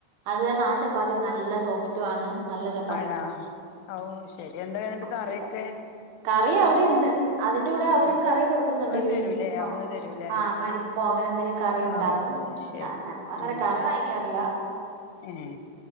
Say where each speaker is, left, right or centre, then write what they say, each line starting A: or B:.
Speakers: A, on the right (about 80°); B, on the left (about 85°).
A: അത് പർണാ ആ ചപ്പാത്തി നല്ല സോഫ് ട്ടുവാണ് നല്ല ചപ്പ
B: ആണോ ഓഹ് ശെരി എന്താ ഇന്നെട്ട്
A: കുഴപ്പമില്ല
B: കറി ഒക്കെ?
A: കറി അവടെ ഇണ്ട് അതിന്റെ കൂടെ അവരും
B: ആഹ്
A: കറി കൊടുക്കുന്നുണ്ട്
B: അത്
A: ഗ്രീൻ
B: തരൂലേ
A: പീസോ
B: അവിടുന്ന് തരൂലേ
A: ആഹ് പരി ഇപ്പൊ അങ്ങനെ എന്തെലും കറി ഇണ്ടാകും
B: ഓ ശരി
A: ഞങ്ങൾ അങ്ങനെ
B: ഉം
A: കറി വാങ്ങിക്കാർ ഇല്ലാ
B: ഏഹ്